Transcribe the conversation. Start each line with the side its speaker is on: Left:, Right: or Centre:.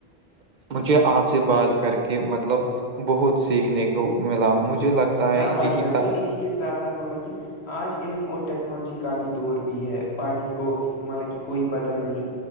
Right: مجھے آپ سے بات کر کے مطلب بہت سیکھنے کو ملا مجھے لگتا ہے
Left: ہاں بھائی
Right: یہی
Left: جان
Right: تھا
Left: تو اسی کے ساتھ ساتھ مطلب کہ آج علم اور ٹیکنالوجی کا بھی دور بھی ہے پانی کو مطلب کہ کوئی بدل نہیں